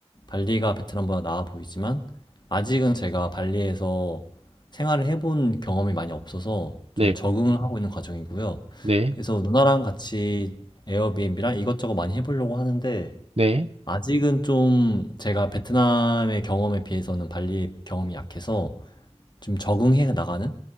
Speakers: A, on the left; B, on the right.
A: 발리가 베트남보다 나아 보이지만 아직은 제가 발리에서 생활을 해본 경험이 많이 없어서
B: 네,
A: 좀 적응을 하고 있는 과정이고요.
B: 네,
A: 그래서 누나랑 같이 에어비앤비랑 이것저것 많이 해보려고 하는데
B: 네,
A: 아직은 좀 제가 베트남의 경험에 비해서는 발리의 경험이 약해서 좀 적응해 나가는